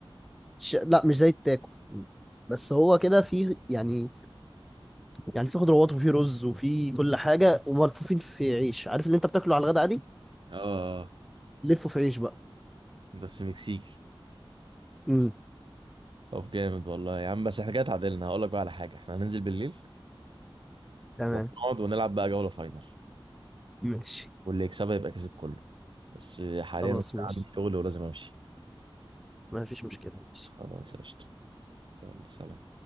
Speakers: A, in the centre; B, on the right.
A: ش... لا مش زي التاكو بس هو كده فيه يعني يعني فيه خضروات وفيه رز وفيه كل حاجة وملفوفين في عيش عارف اللي انت بتاكله على الغدا عادي
B: اه آه،
A: لفه في عيش بقى
B: بس مكسيكي
A: امم
B: طب جامد والله يا عم بس احنا كده اتعادلنا هقول لك بقى على حاجه احنا هننزل بالليل
A: تمام
B: وهنقعد ونلعب بقى جوله فاينل
A: ماشي
B: واللي يكسبها يبقى كسب كله بس حاليا
A: خلاص ماشي
B: عندي شغل ولازم امشي
A: ما فيش مشكلة ماشي
B: خلاص قشطه يلا سلام